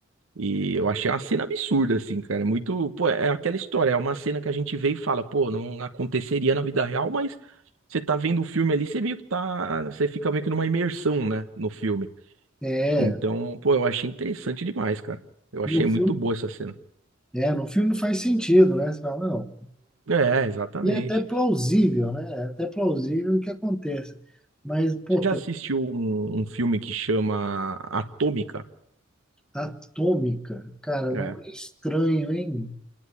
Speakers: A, on the right (about 75°); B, in the centre.
A: e eu achei uma cena absurda assim, cara, muito, pô, é aquela história, é uma cena que a gente vê e fala, pô, não aconteceria na vida real, mas você tá vendo o filme ali, você meio que tá, você fica meio que numa imersão, né, no filme.
B: é,
A: Então, pô, eu achei interessante demais, cara. Eu achei
B: no filme,
A: muito boa essa cena.
B: é, no filme faz sentido, né? Você fala, não.
A: É, exatamente.
B: E é até plausível, né? É até plausível que aconteça. Mas, pô,
A: Você já
B: tá-
A: assistiu um, um filme que chama Atômica?
B: atômica, cara, não
A: É.
B: é estranho, hein?